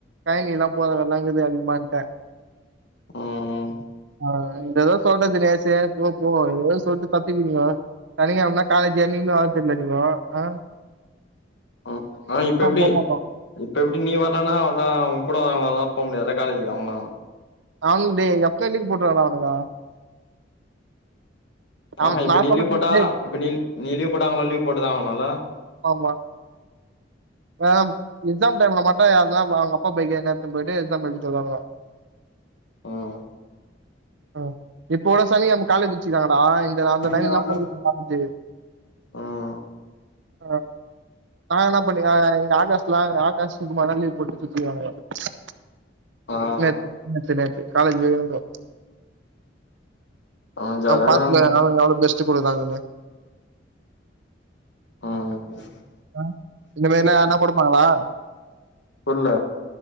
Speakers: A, on the right; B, on the left.
A: <unintelligible> போத வேல்லாங்குது அதிகமான்ட்ட
B: ம் ம்
A: ஆ இந்த எதோ சொல்ற தினேஷே போ போ எதோ சொல்ட்டு தப்பிக்கீறீங்கோ சனிகெழமனா காலேஜே என்னிகுமே வரத்தில்ல நீங்கோ அ
B: ம் ஆ இப்ப எப்டி
A: போ மாட்டோ
B: இப்ப எப்டி நீ வர்லனா அவுள்தா அவுங் கூட போ <unintelligible> காலேஜுக்கு அவுங்ளா
A: அவுன் டே எப்போ லிவ் போட்ருவான்டா அவுனுக அவ
B: ஆஹ இப்ப
A: நா
B: நீ
A: சொல்றதுக்கு
B: லிவ் போட்டா
A: முன்னாடியே
B: இப்ப நீல் நீ லிவ் போட்டா அவுங்ளு லீவ் போட்டுதா ஆவுணுல்ல
A: ஆமா ஏனம் எக்ஸாம் டைம்ல மட்டு யார்தோப அவுங்க அப்பா பைக நேரத்த போயிட்டு எக்ஸாம் எழுதிட்டு வருவானுங்கோ
B: ம்
A: ம் இப்போட சனிகெழம காலேஜ் வெச்சுகிறாங்கடா இந்தர் அந்த
B: இந்த நாள்ல
A: <unintelligible>
B: ம்
A: ம் நாங்கனாப் பண்ணு அ இ ஆகாஷ்ட்லா ஆகாஷ் சுகுமாலா லிவ் போட்டு <unintelligible>
B: ம்
A: நேத்து நேத்து நேத்து காலேஜ் <unintelligible>
B: அவ ஜாலியா
A: ஆம்
B: இருக்கறானுங்க
A: பாத்துக்க <unintelligible> எவ்ளோ பெஸ்ட்டு குடுறாங்கன்னு
B: ம்
A: ஆ இந்த மேர்லா யார்னா கொடுப்பாங்களா
B: புர்ல